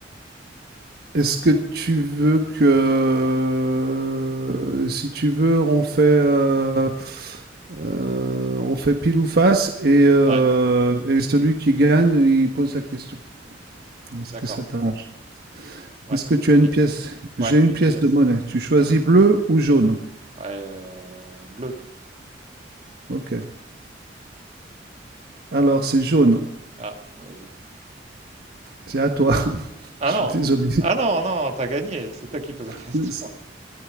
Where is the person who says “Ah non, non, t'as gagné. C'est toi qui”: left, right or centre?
Right